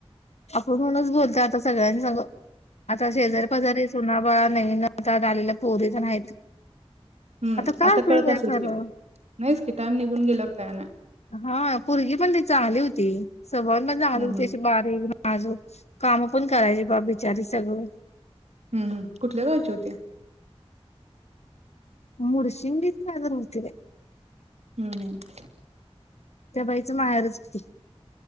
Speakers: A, on the left; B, on the right.
A: आपण म्हणच बोलतो आता सगळ्यांनी सांग आता शेजारी पजारी असो ना नवीन आता आलेला पोरी तर आहेत
B: हम्म
A: काय
B: आता
A: उपयोग
B: कळत
A: आहे
B: असेल
A: खरं
B: की नाहीच कि टाइम निघून गेल्यावर काय नाही
A: हा पोरगी पण ते चांगली होती, स्वभाव पण चांगली
B: हम्म
A: होती
B: हम्म
A: अशी बारी नाजूक काम पण करायची बा बिचारी सगळं
B: हम्म हम् कुठल्या गावची होती
A: मुडशिंगी ची कायतर होती बघ
B: हम्म हम्म
A: त्या बाईचं माहेरच किती